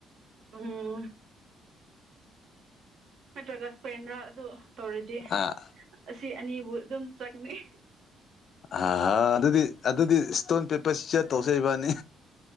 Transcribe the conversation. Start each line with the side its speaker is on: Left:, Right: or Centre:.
Right: ꯎꯝ ꯅꯠꯇ꯭ꯔꯒ ꯏꯁꯄꯦꯟꯗ꯭ꯔꯥ ꯑꯗꯨ ꯇꯧꯔꯗꯤ
Left: ꯑꯥ
Right: ꯑꯁꯤ ꯑꯅꯤꯕꯨ ꯑꯗꯨꯝ ꯆꯪꯅꯤ
Left: ꯑ ꯍ ꯑꯗꯨꯗꯤ ꯑꯗꯨꯗꯤ ꯏꯁꯇꯣꯟ ꯄꯦꯄꯔꯁꯤ ꯆꯠ ꯇꯧꯁꯩꯕꯅꯤ